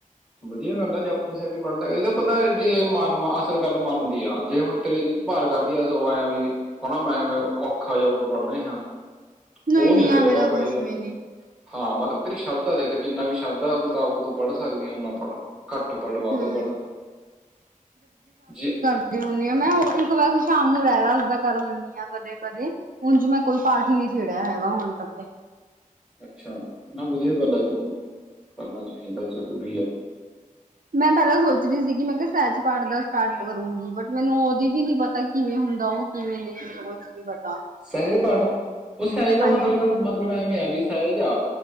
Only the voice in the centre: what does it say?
ਵਧੀਆ ਗੱਲ ਆ ਜਪਜੀ ਜੇ ਵੀ ਪੜ੍ਹ ਲਿਆ, ਏਦਾ, ਪਤਾ ਜੇ ਮਨ ਅਸਲ ਗੱਲ ਮੰਨਦੀ ਆ ਜੇ ਹੁਣ ਤੇਰੇ। ਭਾਰ ਕਡ ਦੀ ਐ ਸੋ ਐਂ ਵੀ ਹਣਾ ਮੈਂ ਔਖਾ ਜਾ ਹੋ ਕੇ ਪੜ੍ਹ ਰਿਹਾਂ।
ਔਨੀ
ਫੇਰ
ਔਦਾ
ਫਾਇਦਾ ਨੀ।
ਹਾਂ ਮਤਲਬ ਤੇਰੀ ਸ਼ਰਧਾ ਦੇਖ, ਜਿੰਨਾ ਵੀ ਸ਼ਰਧਾ ਮੁਤਾਬਿਕ ਤੂੰ ਪੜ੍ਹ ਸਕਦੀ ਆ। ਪੜੋ ਘੱਟ ਪੜ੍ਹ ਵੱਧ
ਪੜੋ ਜੇ।
ਅੱਛਾ, ਨਾ ਵਧੀਆ ਗੱਲ ਆ ਕਰੋ, ਕਰਨਾ ਚਾਈਦੈ ਜਰੂਰੀ ਐ।
ਸਹਿਜ ਪਾਠ ਸਹਿਜ ਦਾ
ਮਤਲਬ -ਮਤਲਬ ਐਵੇਂ ਆ ਵੀ ਸਹਿਜ ਆ